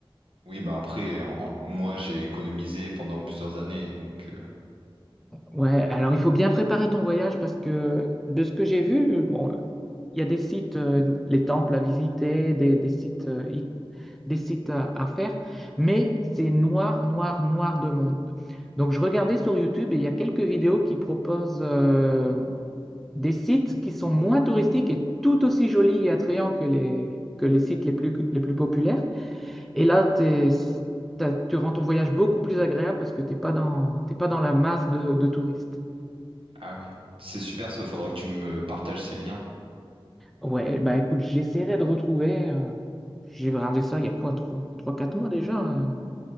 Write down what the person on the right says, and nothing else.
oui, bah après, en- moi, j'ai économisé pendant plusieurs années, donc euh,
ah oui, c'est super. Ça, faudra que tu me partages ces liens.